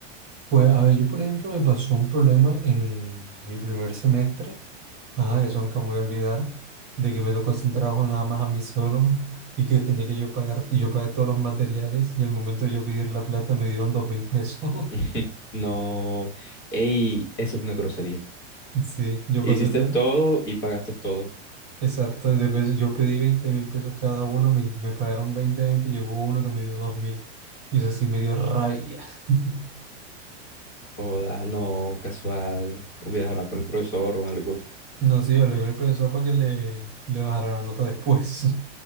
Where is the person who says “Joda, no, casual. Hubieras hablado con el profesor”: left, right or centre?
Left